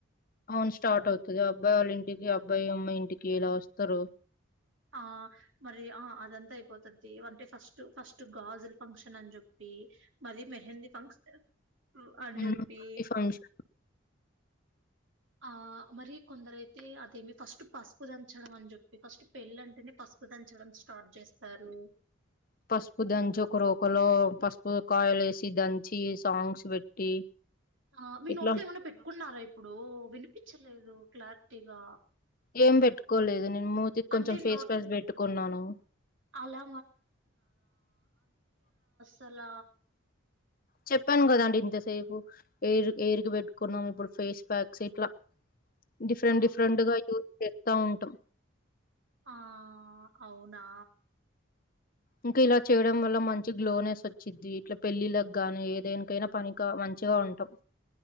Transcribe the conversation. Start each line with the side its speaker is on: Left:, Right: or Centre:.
Left: అవున్ స్టార్ట్ అవుతుంది అబ్బాయి వాళ్ళ ఇంటికి అబ్బాయి అమ్మాయి ఇంటికి ఇలా వస్తారు
Right: ఆ మరి ఆ అదంతా అయిపోతది అంటే ఫస్ట్ ఫస్ట్ గాజులు ఫంక్షన్ అని చెప్పి మరి మెహందీ ఫంక్షన్ ఉం అని
Left: హ్మ్.
Right: చెప్పి
Left: ఈ ఫంక్షన్
Right: ఆ మరి కొందరు అయితే అదేమి ఫస్ట్ పసుపు దంచడం అని చెప్పి ఫస్ట్ పెళ్ళి అంటేనే పసుపు దంచడం స్టార్ట్ చేస్తారు
Left: పసుపు దంచి ఒక రోకలో పసుపు కాయలు వేసి దంచి సాంగ్స్ పెట్టి
Right: ఆ మీ
Left: ఇట్లా
Right: నోట్లో ఏమైన్నా పెట్టుకున్నార ఇప్పుడు వినిపించలేదు క్లారిటీగా
Left: ఏం పెట్టుకోలేదు నేను మూతికి
Right: అంటే
Left: కొంచెం ఫేస్
Right: నోట్
Left: ప్యాక్ పెట్టుకున్నాను
Right: అలా అ లా
Left: చెప్పాను కదండి ఇంతసేపు హెయిరుకిబెట్టుకున్నాం ఇప్పుడు ఫేస్ ప్యాక్స్ ఇట్లా డిఫరెంట్
Right: ఆహా
Left: డిఫరెంట్ గా ఊజ్ తా ఉంటాం
Right: ఆ అవునా
Left: ఇంకా ఇలా చేయడం వల్ల మంచి గ్లోనెస్ వచ్చిద్ది ఇట్లా పెళ్ళిళ్లకు గానీ ఏదేనికైనా పనికా మంచిగా ఉంటాం